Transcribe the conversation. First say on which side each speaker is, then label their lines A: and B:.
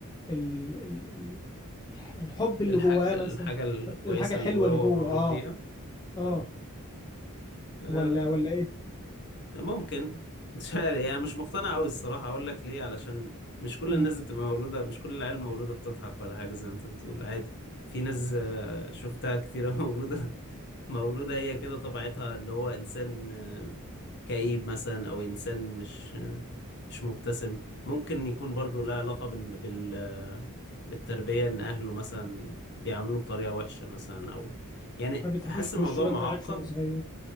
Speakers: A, on the left; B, on the left.
A: ال... ال... ال- الحب اللي
B: الحاجة
A: جواه مثلا
B: الحاجة الكويسة
A: هيفقد الحاجة الحلوة
B: اللي جواه
A: اللي
B: وهو
A: جوه
B: مولود
A: اه
B: بيها
A: اه
B: اه آه،
A: ولا ولا ايه
B: ممكن <laughs> مش عارف يعني مش مقتنع قوي الصراحة اقول لك ليه علشان مش كل
A: قول.
B: الناس بتبقى مولودة مش كل العيال مولودة بتضحك ولا حاجة زي ما انت بتقول عادي في ناس آه، شفتها كتيرة <laughs> مولودة مولودة هي كده طبيعتها اللي هو إنسان آه، كئيب مثلا او انسان مش مش مبتسم ممكن يكون برضو لها علاقة بال... بال... بالتربية ان اهله مثلا بيعاملوه بطريقة وحشة مثلا او يعني
A: ما بيضحكوش
B: حاسس
A: في
B: الموضوع
A: وشه الواد
B: معقد
A: ما لعبش وهو صغير